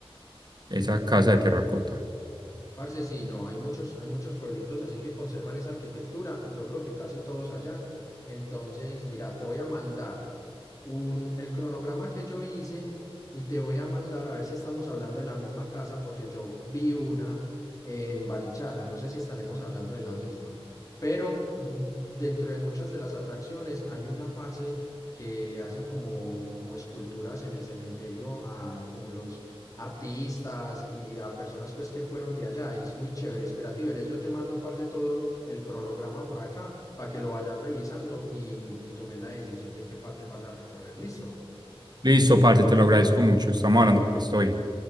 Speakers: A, on the right; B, on the left.
A: esa casa de terracota.
B: Parce, sí, no, hay muchos, hay muchos pueblitos así que conservan esa arquitectura, yo creo que casi todos allá. Entonces, mira, te voy a mandar un, el cronograma que yo hice y te voy a mandar a ver si estamos hablando de la misma casa, porque yo vi una en Barichara, no sé si estaremos hablando de la misma, pero <clears throat> dentro de muchas de las atracciones hay una, parce, que le hacen como, como esculturas en el cementerio a como los artistas y a personas pues que fueron de allá. Y es muy chévere. Espera, Tiberes, yo te mando, parce, todo el cronograma por acá para que lo vayas revisando y, y tomes la decisión de qué parte vas a recorrer. Listo.
A: Listo, parce, te lo agradezco mucho. Estamos hablando, pues estoy bien.